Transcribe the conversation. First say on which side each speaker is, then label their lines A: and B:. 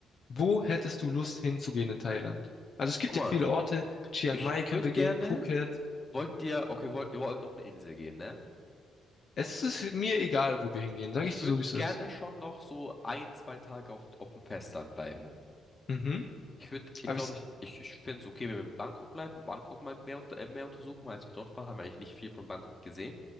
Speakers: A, on the left; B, on the left.
A: Wo hättest du Lust hinzugehen in Thailand? Also es gibt
B: Guck
A: ja
B: mal,
A: viele Orte, Chiang
B: ich
A: Mai können
B: würde
A: wir gehen,
B: gerne,
A: Phuket.
B: wollt ihr, okay, wollt, ihr wollt auf eine Insel gehen, ne?
A: Es ist mir egal, wo wir hingehen, sage
B: Ich
A: ich
B: würde
A: dir so, wie es
B: gerne
A: ist.
B: schon noch so ein, zwei Tage auf, auf dem Festland bleiben.
A: Mhm.
B: Ich würde, ich
A: Aber
B: glaube,
A: ich,
B: ich, ich, ich finde es okay, wenn wir in Bangkok bleiben, Bangkok mal mehr, unter- äh, mehr untersuchen, weil als wir dort waren, haben wir eigentlich nicht viel von Bangkok gesehen.